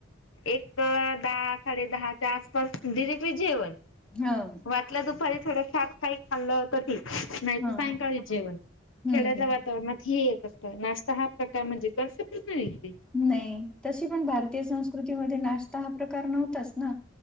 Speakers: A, on the left; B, in the centre.
A: एक दहा साडे दहाच्या आसपास डिरेक्टली जेवण.
B: हो
A: वाटलं दुपारी थोडं फार काय खाल्लं तं ठीक. नाही
B: ह
A: तर सायंकाळी जेवण
B: हम्म
A: खेड्यातलं
B: हम्
A: वातावरण ही एक अस त नाश्ता हा प्रकार म्हणजे कन्सेप्टच नाही ती.
B: नाही तशी पण भारतीय संस्कृतीमध्ये नाश्ता हा प्रकार नव्हताच ना